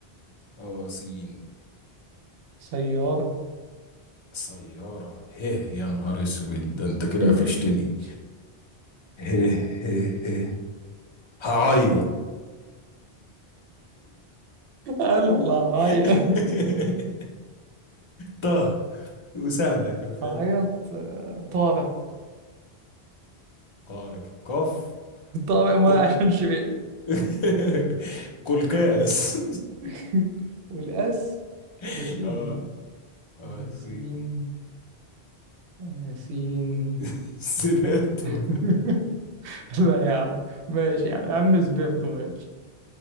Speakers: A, on the left; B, on the right.
A: اه سين
B: سيارة
A: سيارة هيه يا نهار اسود ده انت كده
B: <laughs>
A: قفشتني هيه هيه هيه هعيط
B: انا اللي هعيط
A: <laughs> طه وسهلة كان فاهم
B: هعيط آه، طارق
A: طارق قف
B: طارق ما
A: كل
B: عشان شبعت
A: <laughs> كل كاس
B: <laughs> والاس
A: <laughs>
B: ده سين
A: اه
B: دي
A: Ah,
B: آه،
A: sí.
B: سين آه، سين
A: <laughs> Cierto.
B: <laughs> لا يا عم ماشي يا عم يا عم سبيرتو ماشي